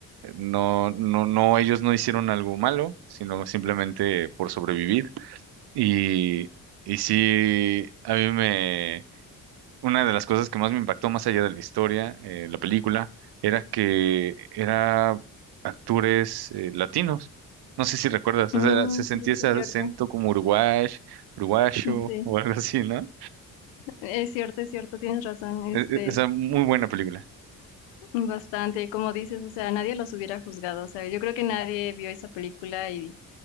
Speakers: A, on the right; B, on the left.
A: no, no, no, ellos no hicieron algo malo, sino simplemente por sobrevivir y, y sí, a mí me una de las cosas que más me impactó, más allá de la historia, eh, la película, era que era actores eh, latinos. No sé si recuerdas,
B: Mm,
A: o sea, se sentía
B: sí,
A: ese
B: sí, es
A: acento
B: cierto.
A: como uruguay, uruguayo
B: Sí,
A: o algo así, ¿no?
B: es cierto, es cierto, tienes razón, este,
A: E- e- Esa muy buena película.
B: bastante, como dices, o sea, nadie los hubiera juzgado, o sea, yo creo que nadie vio esa película y,